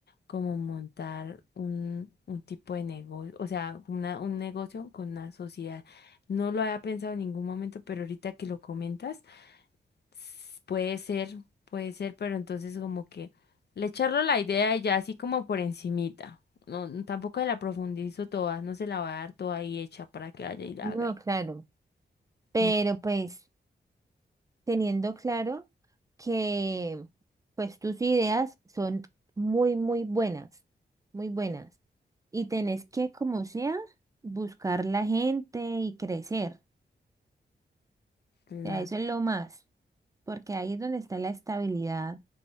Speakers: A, on the left; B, on the right.
A: como montar un, un tipo de negocio, o sea, una, un negocio con una sociedad. No lo había pensado en ningún momento, pero ahorita que lo comentas, s- puede ser, puede ser, pero entonces como que le echarlo la idea y ya así como por encimita. No, no, tampoco la profundizo toda, no se la voy a dar toda ahí hecha para que vaya y la
B: No,
A: haga. y-
B: claro, pero
A: Mm,
B: pues teniendo claro que pues tus ideas son muy, muy buenas, muy buenas. Y tenés que, como sea, buscar la gente y crecer.
A: Claro.
B: O sea, eso es lo más, porque ahí es donde está la estabilidad